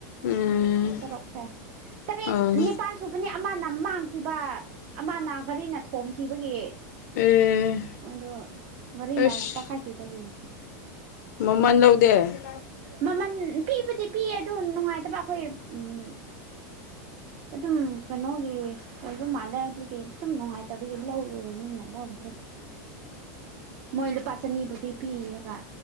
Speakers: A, on the left (about 70°); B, on the right (about 45°).
A: ꯎꯝ
B: ꯇꯔꯨꯛꯁꯦ ꯇꯔꯦꯠ
A: ꯑꯣ
B: ꯅꯤꯄꯥꯜ ꯁꯨꯕꯅꯤ ꯑꯃꯅ ꯃꯥꯡꯈꯤꯕ ꯑꯃꯅ ꯒꯥꯔꯤꯅ ꯊꯣꯝꯈꯤꯕꯒꯤ
A: ꯑꯦ
B: ꯑꯗꯣ ꯃꯔꯤꯅ
A: ꯑꯁ
B: ꯇꯈꯥꯏꯈꯤꯕꯒꯦ
A: ꯃꯃꯜ ꯂꯧꯗꯦ
B: ꯃꯃ ꯕꯨꯗꯤ ꯄꯤꯌꯦ ꯑꯗꯨ ꯅꯨꯡꯉꯥꯏꯇꯕ ꯑꯩꯈꯣꯏ ꯎꯝ ꯑꯗꯨꯝ ꯀꯩꯅꯣꯒꯤ ꯑꯣꯏꯕ ꯃꯥꯜꯂꯦ ꯑꯗꯨꯒꯤ ꯁꯨꯝ ꯅꯨꯡꯉꯥꯏꯇꯕꯒꯤ ꯂꯧꯔꯨꯔꯦ ꯨꯅ ꯂꯧꯍꯧꯗ꯭ꯔꯦ ꯃꯣꯏ ꯂꯨꯄꯥ ꯆꯅꯤꯕꯨꯗꯤ ꯄꯤꯔꯒ